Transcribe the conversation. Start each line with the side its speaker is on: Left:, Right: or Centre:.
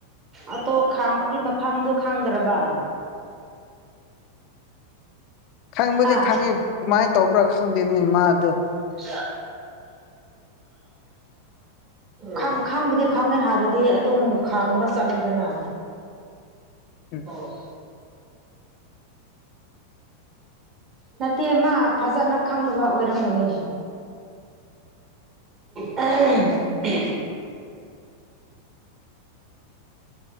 Right: ꯑꯇꯣ ꯈꯥꯝꯕꯒꯤ ꯃꯐꯝꯗꯨ ꯈꯪꯗ꯭ꯔꯕ
Left: ꯈꯪꯕꯨꯗꯤ
Right: ꯍꯥ
Left: ꯈꯪꯉꯤ ꯀꯃꯥꯏꯅ ꯇꯧꯕ꯭ꯔꯥ ꯈꯪꯗꯦꯅꯤ ꯃꯥꯗꯨ
Right: <unintelligible> ꯈꯪ ꯈꯪꯕꯗꯤ ꯈꯪꯉꯦ ꯍꯥꯏꯔꯗꯤ ꯑꯗꯨꯝ ꯈꯥꯝꯃꯒ ꯆꯠꯂꯨꯗꯅ
Left: <inaudible>
Right: ꯑꯣ ꯅꯠꯇꯦ ꯃꯥ ꯐꯖꯅ ꯈꯪꯗꯕ ꯑꯣꯏꯔꯝꯒꯅꯤ <unintelligible>